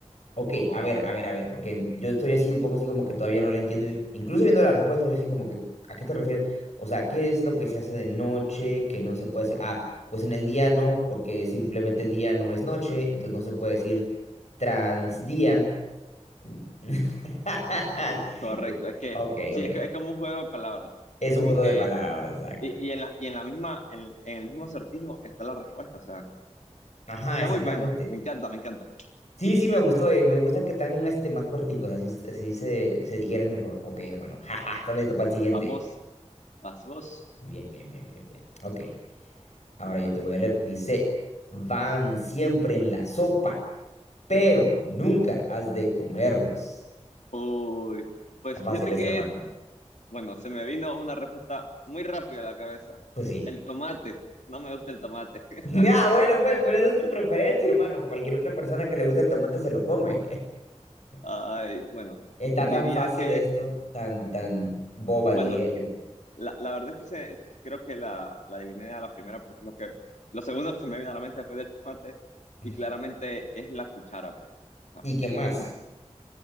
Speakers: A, on the left; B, on the left.
A: Ok,
B: correcto,
A: a ver, a ver, a ver, porque yo estoy así un poco así como que todavía no lo entiendo. y- Incluso viendo la respuesta, yo así como que, ¿a qué te refieres? O sea, ¿qué es lo que se hace de noche que no se puede hacer? Ah, pues en el día no, porque simplemente el día no es noche, entonces no se puede decir transdía. <laughs>
B: correcto. Es que,
A: Ok,
B: sí,
A: ok.
B: es, que- es como un juego de palabras,
A: Es
B: es como
A: un juego
B: que,
A: de palabras, exacto.
B: y, y en la, y en la misma, en, en el mismo acertijo está la respuesta, o sea,
A: Ajá,
B: está
A: exactamente.
B: muy bueno, me encanta, me encanta.
A: Sí, sí, me gustó, eh, Me gustan que están este, más corticos, así, así se, se digieren mejor. Ok, hermano. <laughs> Jaja, ¿estás listo para el siguiente?
B: Vamos, vas vos.
A: Bien, bien, bien, bien, bien. Ok, ahora yo te voy a leer. Dice, van siempre en la sopa, pero nunca has de comerlos.
B: Uy, pues
A: Tan
B: fíjate
A: fácil es,
B: que
A: hermano.
B: Bueno, se me vino una respuesta muy rápida a la cabeza.
A: Pues sí.
B: El tomate. No me gusta el tomate.
A: <laughs>
B: <laughs>
A: Ah, bueno, pues, pero esa es tu preferencia, hermano. Cualquier otra persona que le guste el tomate se lo come.
B: Ay,
A: <laughs>
B: bueno,
A: Está
B: diría
A: tan fácil
B: que,
A: esto, tan, tan boba,
B: bueno,
A: diría yo.
B: la, la verdad es que se, creo que la, la adiviné a la primera porque es lo que, lo segundo que se me vino a la mente después del tomate
A: <laughs>
B: y claramente es la cuchara, pues. O sea,
A: ¿Y qué más?
B: como-